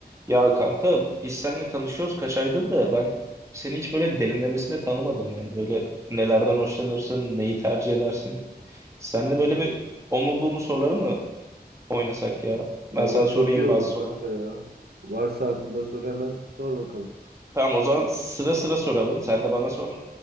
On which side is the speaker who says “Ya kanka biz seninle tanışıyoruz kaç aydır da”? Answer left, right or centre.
Right